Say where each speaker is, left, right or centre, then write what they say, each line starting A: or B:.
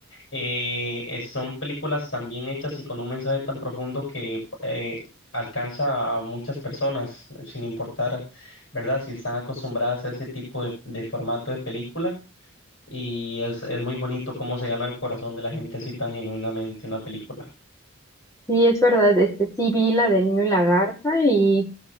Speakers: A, on the left; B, on the left.
A: Eh, eh, son películas tan bien hechas y con un mensaje tan profundo que eh, alcanza a muchas personas, eh, sin importar, ¿verdad? Si están acostumbradas a ese tipo de, de formato de película. Y es, es muy bonito cómo se gana el corazón de la gente así tan genuinamente una película.
B: sí, es verdad, este, sí vi la del niño y la garza y